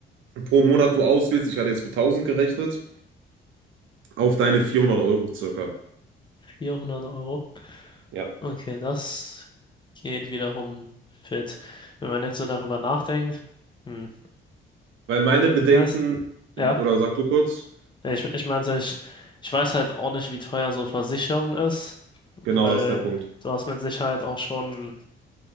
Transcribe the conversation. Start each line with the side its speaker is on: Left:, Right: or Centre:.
Right: pro Monat du auswählst, ich hatte jetzt mit 1000 gerechnet, auf deine 400 Euro circa.
Left: 400 Euro.
Right: Ja.
Left: Okay, das geht wiederum fit. Wenn man jetzt so darüber nachdenkt, hm,
Right: Weil meine Bedenken,
Left: das, ja.
Right: oder sag du kurz,
Left: Nee, Ich, ich meinte, ich, ich weiß halt auch nicht, wie teuer so Versicherung ist, weil
Right: genau das ist der Punkt.
Left: du hast mit Sicherheit auch schon